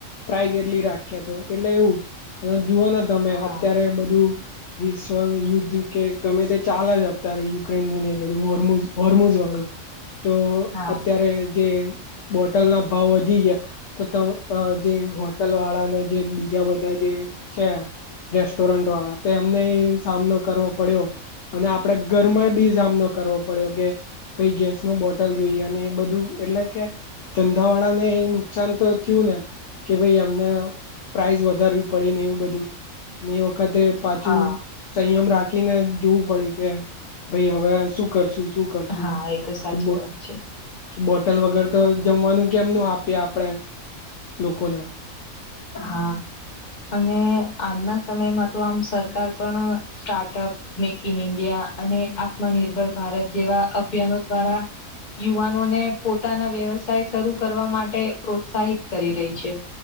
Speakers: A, on the left; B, on the left.
A: પ્રાઇઝ એટલી રાખ્યા તો એટલે એવું અને જોવાના, તમે
B: હા
A: અત્યારે બધું. વિશ્વ યુદ્ધ કે ગમે તે ચાલ છે અત્યારે યુક્રેન નુ ને બધું હોર્મુ હોર્મોઝ વાળું. તો
B: હા
A: અત્યારે જે બોટલ ના ભાવ વધ ધી ગયા તો તમે જે હોટલ વાળાને જે બીજા બધા જે છે. રેસ્ટોરન્ટ વાળા તો એમને સામનો કરવો પડ્યો, અને આપડે ઘરમાં બી સાામનો કરવો પડ્યો કે, પઈ ગેસ નો બોટલ જોઈએ અને એ બધું એટલે કે ધંધાવાળા ને, નુકસાન તો થયું ને કે ભાઈ એમને પ્રાઈસ વધારવી પડે ને એવું બધું. ને એ વખતે, પાછું
B: હા
A: સંયમ રાખીને જોવું પડ્યું કે ભાઈ હવે શું કરશું? શું કર છું
B: હા એ તો સાચી
A: કે બ
B: વાત છે
A: કે બોટલ વગેર તો જમવાનું કેમનું આપએ આપણેે લોકોને,
B: હા અને આજના સમયમાં તો આમ સરકાર પણ સ્ટાર્ટઅપ, મેક ઇન ઇન્ડિયા અને આત્મનિર્ભર ભારત જેવા અભિયાનો દ્વારા, યુવાનોને પોતાના વ્યવસાય શરૂ કરવા માટે પ્રોત્સાહિત કરી રહી છે.